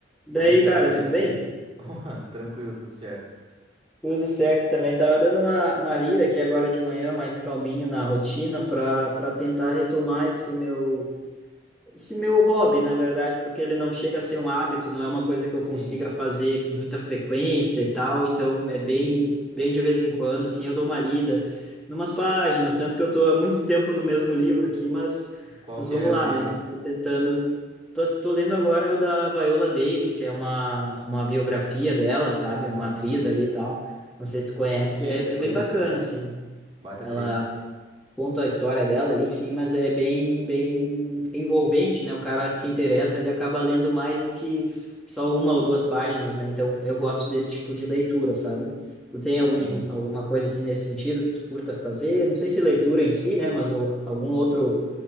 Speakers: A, in the centre; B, on the right.
A: Daí,
B: E aí, cara,
A: cara,
B: beleza?
A: tudo bem?
B: <laughs> Opa, Tranquilo, tudo certo.
A: Tudo certo também. Tava dando uma, uma lida aqui agora de manhã, mais calminho na rotina, para para tentar retomar esse meu esse meu hobby, na verdade, porque ele não chega a ser um hábito, não é uma coisa que
B: Sim.
A: eu consiga fazer com muita frequência e tal, então é bem, bem de vez em quando, assim, eu dou uma lida numas páginas, tanto que eu tô há muito tempo no mesmo livro aqui, mas,
B: Qual
A: mas
B: que
A: vamos
B: é
A: lá,
B: o livro?
A: né? Tô tentando, tô, tô lendo agora o da Viola Davis, que é uma, uma biografia dela, sabe?
B: Aham,
A: Uma atriz
B: aham.
A: ali e tal, não sei se tu conhece,
B: Conheço,
A: é, é
B: conheço,
A: bem bacana,
B: sim.
A: assim.
B: Baita
A: Ela
B: atriz.
A: conta a história dela ali, enfim, mas é bem, bem envolvente, né? O cara se interessa, ele acaba lendo mais do que só uma ou duas páginas, né? Então, eu gosto desse tipo de leitura, sabe? Tu tem
B: Sim.
A: algum, alguma coisa assim nesse sentido que tu curta fazer? Não sei se leitura em si, né? Mas o- algum outro